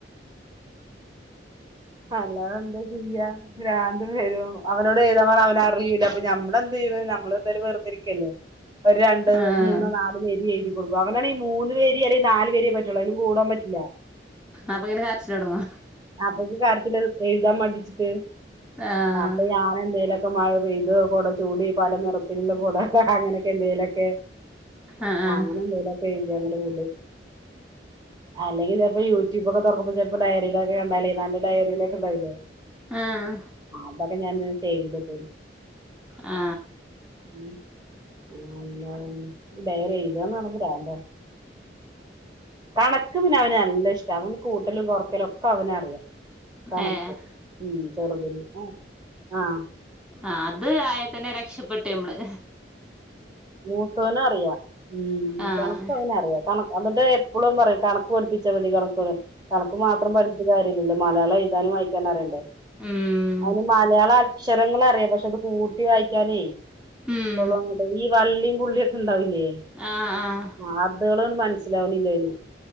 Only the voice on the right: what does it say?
അല്ലാതെന്ത ചെയ്യ പ്രാന്ത് വരും അവനോട് എഴുതാ പറ അവനറിയൂല്ല അപ്പൊ ഞമ്മളന്ത ചെയ്യ ഞമ്മള് എന്തായാലും വെറുതിരിക്കല്ലേ ഒരു രണ്ട്
മൂന്ന് നാല് പേജ് എഴുതി കൊടുക്കു അവനാണെ മൂന്ന് വരി അല്ലെങ്കിൽ നാല് വരി പറ്റുള്ള അയില് കൂടാൻ പറ്റില്ല
അപ്പൊക്ക കാര്യത്തില് എഴുതാൻ മടിച്ചിട്ട്
അപ്പൊ ഞാൻ എന്തേലും മഴ പെയ്ത് കൊട ചൂടി പല നിറത്തിലുള്ള കൊട ഹഹഹ അങ്ങനെ എന്തേലൊക്കെ
അങ്ങനെ എന്തേലൊക്കെ എഴുതി അങ്ങട് വിടും അല്ലെങ്കി ചെപ്പോ യൂട്യൂബ്ക്കെ തൊറക്കുമ്പോ ചെല്പ്പോ ഡയറീലക്കെണ്ടാലേ നല്ല ഡയറീലൊക്കെ ണ്ടാ
<unintelligible> അതൊക്കെ ഞാൻ സേവ് ചെയ്ത്ക്കു
<unintelligible> ഡയറി എഴുതാന്ന് പറഞ്ഞ പ്രാന്തന്ന് കണക്ക് പിന്നവന് ല്ല ഇഷ്ട അവന് കൂട്ടലും കൊറക്കലൊക്കെ അവനറിയാം കണക്ക്
ഉം ചെറുതില് ആ
മൂത്തോന് അറിയാം ഉം
കണക്ക്അവനറിയ <unintelligible> എന്നിട്ട് എപ്പോളും പറയും കണക്ക് പഠിപ്പിച്ചാ മതി കണ കണക്ക് മാത്രം പഠപ്പ കാര്യല്ലല്ലൊ. മലയാളം എഴുതാനും വായിക്കാനറിയണ്ടെ
അയിന് മല <unintelligible> അക്ഷരങ്ങളറിയ പക്ഷെ അത് കൂട്ടി വായിക്കാനേ
പ്പളുങ്ങട്ട് ഈ വള്ളീം പുള്ളീ ണ്ടാവില്ലേ
<unintelligible> മനസ്സിലാവണില്ല അയ്ന്